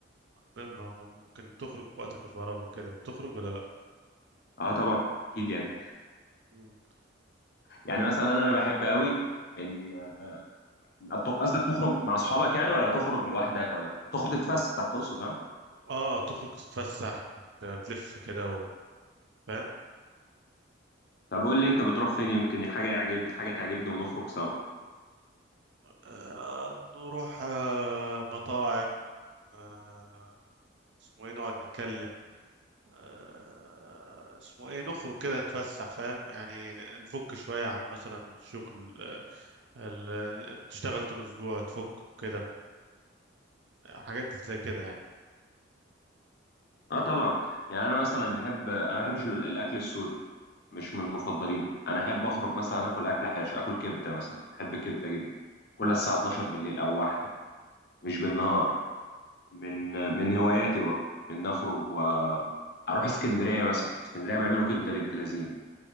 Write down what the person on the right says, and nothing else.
ممكن تخرج في وقتك الفراغ وكده بتخرج ولا لا
مم.
اه تخرج تتفسح وت- تلف كده و- فاهم
آه نروح آه مطاعم آه اسمه ايه نقعد نتكلم آه اسمه ايه نخرج كده نتفسح فاهم يعني نفك شوية عن مثلا شغل آه، ال- بتشتغل طول الأسبوع تفك كده حاجات زي كده يعني